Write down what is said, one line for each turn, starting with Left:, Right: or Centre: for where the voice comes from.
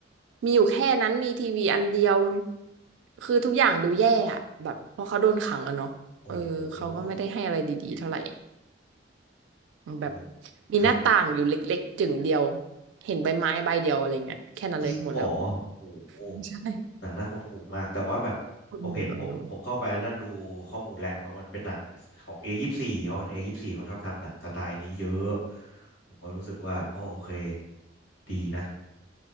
Right: มีอยู่แค่นั้นมีทีวีอันเดียวคือทุกอย่างดูแย่อ่ะแบบเพราะเขาโดนขังอะเนาะเออเขาก็ไม่ได้ให้อะไรดีๆเท่าไหร่
Left: โอ้โหเดี๋ยวผม
Right: แบบมีหน้าต่างอยู่เล็กๆจึ่งเดียว
Left: ครับผม
Right: เห็นใบไม้ใบเดียวอะไรเงี้ยแค่นั้นเลยหมดแล้ว
Left: จริงเหรอโอ้โห
Right: ใช่
Left: หนังน่าหดหู่มากแต่ว่าแบบผมเห็นผมผมเข้าไปนั่งดูข้อมูลแหละเพราะมันเป็นหนังของ
Right: คนหมู่กับบนู้น
Left: A24 เขาเอยี่สบสี่เขาชอบทำหนังสไตล์นี้เยอะผมก็รู้สึกว่าอ๋อโอเคดีนะ